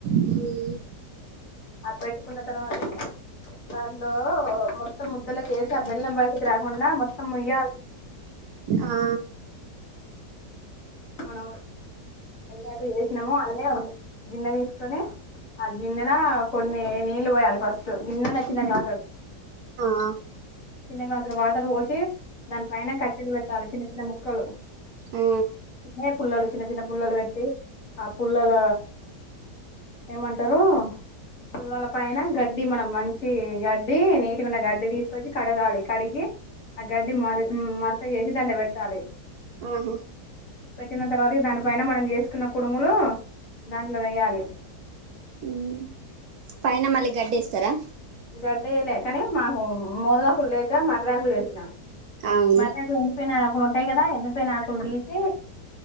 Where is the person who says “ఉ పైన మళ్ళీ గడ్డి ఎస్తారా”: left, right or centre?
Right